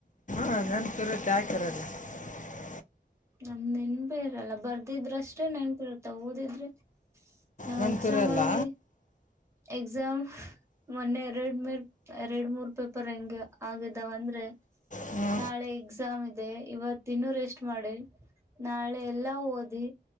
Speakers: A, on the left; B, on the right.
A: ಹ ನೆನಪು ಇರುತ್ತೆ ಹಾಕರಲ್ಲ <unintelligible>
B: ನಮ್ದ್ ನೆನ್ಪಿ ಇರಲ್ಲ ಬರ್ದಿದ್ರಷ್ಟೇ ನೆನ್ಪು ಇರುತ್ತ ಓದಿದ್ರೆ ನಾ
A: ನೆನ್ಪಿರಲ್ಲ
B: ಎಕ್ಸಾಮ್ ಅಲ್ಲಿ ಎಕ್ಸಾಮ್ <unintelligible> ಮೊನ್ನೆ ಎರಡು ಮೇರ್ ಎರಡು ಮೂರ್ ಪೇಪರ್ ಹೆಂಗೆ ಆಗಿದಾವ ಅಂದ್ರೆ
A: ಹ್ಞೂ
B: ನಾಳೆ ಎಕ್ಸಾಮ್ ಇದೆ ಇವತ್ತ ಇನ್ನುೂ ರೆಸ್ಟ್ ಮಾಡಿ ನಾಳೆ ಎಲ್ಲಾ ಓದಿ